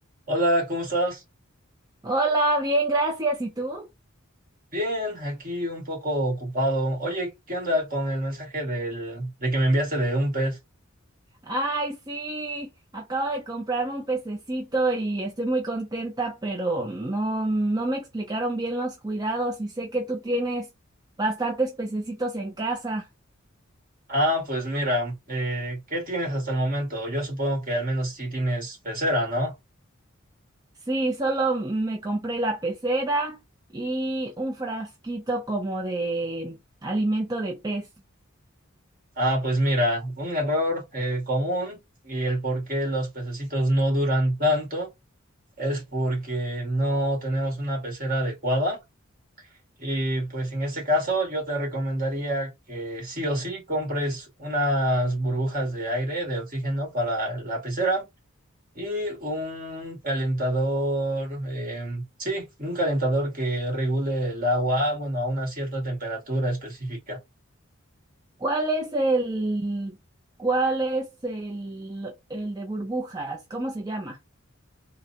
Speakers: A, on the right (about 45°); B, on the right (about 20°).
A: Hola, ¿cómo estás?
B: Hola, bien, gracias. ¿Y tú?
A: Bien, aquí un poco ocupado. Oye, ¿qué onda con el mensaje del, de que me enviaste de un pez?
B: Ay, sí, acabo de comprarme un pececito y estoy muy contenta, pero no, no me explicaron bien los cuidados y sé que tú tienes bastantes pececitos en casa.
A: Ah, pues mira, eh, ¿qué tienes hasta el momento? Yo supongo que al menos sí tienes pecera, ¿no?
B: Sí, solo me compré la pecera y un frasquito como de alimento de pez.
A: Ah, pues mira, un error eh, común y el por qué los pececitos no duran tanto es porque no tenemos una pecera adecuada. Y pues en este caso yo te recomendaría que sí o sí compres unas burbujas de aire, de oxígeno para la pecera y un calentador, em, sí, un calentador que regule el agua, bueno, a una cierta temperatura específica.
B: ¿Cuál es el, cuál es el, el de burbujas? ¿Cómo se llama?